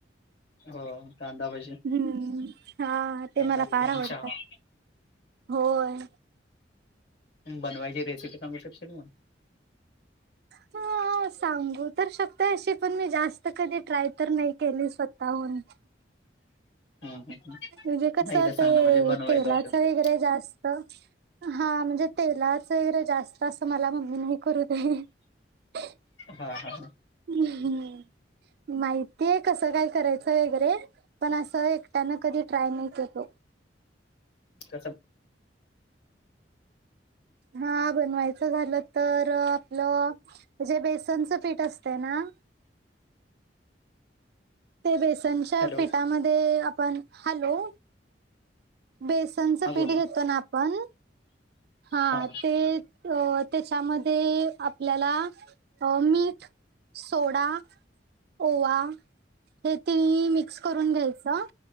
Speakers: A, on the left; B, on the right.
A: हो कांदा भजी.
B: हम्म, हा, ते
A: कांदा
B: मला
A: भजी
B: फार
A: आणि
B: आवडतात.
A: चहा
B: होय.
A: बनवायची रेसिपी सांगू शकशील मग?
B: <unintelligible> हों सांगू तर शकते अशी पण मी जास्त कधी ट्राय तर नाही केली स्वतःहून.
A: हं हं हं
B: म्हणजे कसं
A: नाही एकदा सांग
B: ते-
A: ना म्हणजे बनवायचं
B: तेलाच
A: असेल
B: वगैरे
A: तर.
B: जास्त त हां म्हणजे तेलाच वगैरे जास्त असं मला मम्मी नाही करू दे <unintelligible>
A: हां हां हां.
B: हम् हम् माहितीय कसं काय करायचं वगैरे. पण असं एकट्यान कधी ट्राय नाही केलो.
A: कस
B: हा बनवायचं झालं तर आपलं म्हणजे बेसनचं पीठ असतयं ना ते बेसनच्या
A: हॅलो
B: पिठामध्ये आपण हॅलो बेसनचं
A: हां
B: पीठ
A: बोल
B: घेतो ना आपण हा
A: हां
B: ते अ त्याच्यामध्ये आपल्याला मीठ सोडा, ओवा, हे तीन मिक्स करून घ्यायचं.